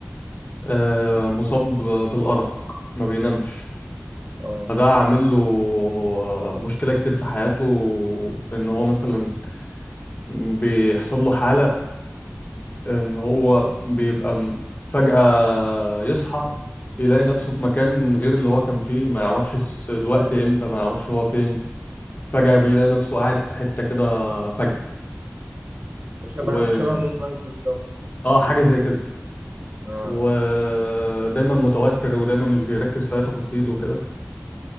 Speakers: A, on the left; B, on the right.
A: آه، مصاب بالأرق ما بينامش
B: اه
A: فده عامل له آه، مشكلة كتير في حياته إن هو مثلا بيحصل له حالة إن هو بيبقى م- فجأة يصحى يلاقي نفسه في مكان غير اللي هو كان فيه ما يعرفش الس- الوقت إمتى ما يعرفش هو فين فجأة
B: مم.
A: بيلاقي نفسه قاعد في حتة كده فجأة
B: ده شبه
A: و
B: شبه مون نايت بالظبط
A: آه حاجة زي كده
B: اه
A: ودايما متوتر ودايما مش بيركز في أي تفاصيل وكده